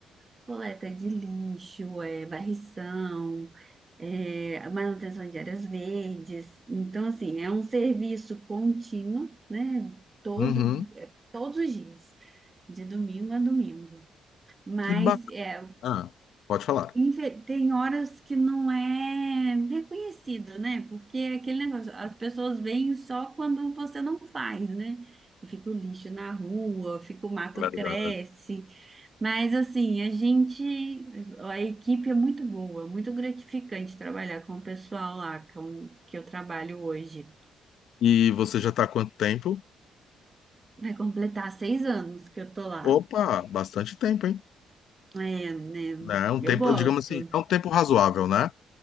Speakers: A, on the right; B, on the left.
A: coleta de lixo, é, varrição, é, manutenção de áreas verdes. Então, assim, é um serviço contínuo, né? Todo,
B: Uhum.
A: é, todos os dias, de domingo a domingo. Mas
B: Que bacana.
A: é,
B: Ah, pode falar.
A: infe- Tem horas que não é reconhecido, né? Porque é aquele negócio, as pessoas veem só quando você não faz, né? E fica o lixo na rua, fica o mato
B: Verdade.
A: cresce. Mas assim, a gente, a equipe é muito boa, muito gratificante trabalhar com o pessoal lá com, que eu trabalho hoje.
B: E você já está há quanto tempo?
A: Vai completar seis anos que eu tô lá.
B: Opa, bastante tempo, hein?
A: É, né?
B: Né? É um
A: Eu
B: tempo,
A: gosto.
B: digamos assim, é um tempo razoável, né?